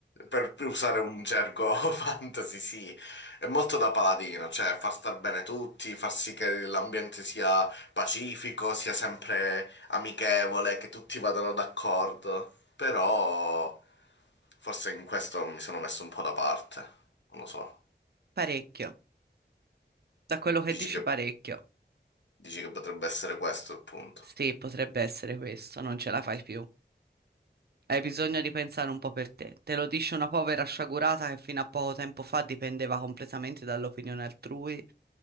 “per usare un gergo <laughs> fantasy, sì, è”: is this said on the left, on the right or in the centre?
Left